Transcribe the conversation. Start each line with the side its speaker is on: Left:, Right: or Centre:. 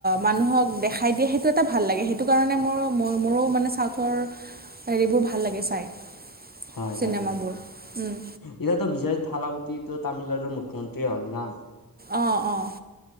Right: মানুহক দেখাই দিয়ে সেইটো এটা ভাল লাগে। সেইটো কাৰণে মোৰ ম মোৰো মানে চাউথৰ হেৰিবোৰ ভাল লাগে চাই।
Left: হয়
Right: চিনেমাবোৰ
Left: হয়।
Right: উম,
Left: এতিয়াতো বিজয় থালাৱতি তো তামিলনাডুৰ মুখ্যমন্ত্ৰীয়ে হ'ল না?
Right: অ', অ'।